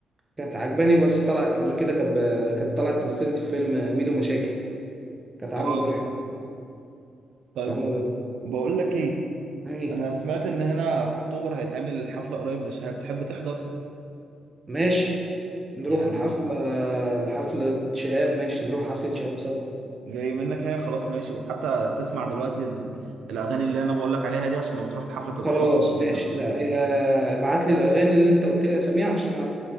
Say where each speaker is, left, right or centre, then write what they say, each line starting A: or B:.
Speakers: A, on the right (about 20°); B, on the right (about 80°).
A: كانت عجباني بس طلعت قبل كده كانت ب- كانت طلعت مثلت في فيلم ميدو مشاكل كانت عاملة
B: اه
A: دور حلو
B: طيب
A: كانت عاملة دور
B: بقول لك ايه
A: أيه
B: انا سمعت ان هنا في اكتوبر هيتعمل حفله قريب لشهاب تحب تحضر
A: ماشي نروح
B: يعني
A: الحفلة لحفلة شهاب ماشي نروح حفلة شهاب سوا
B: جاي منك يعني خلاص ماشي وحتى تسمع دلوقتي ال- الاغاني اللي انا بقول لك عليها دي عشان لما تروح الحفله تبقى
A: خلاص
B: حافظ
A: ماشي
B: كده ماشي
A: لا يا- ابعت لي الاغاني اللي انت قلت لي اساميها عشان أ-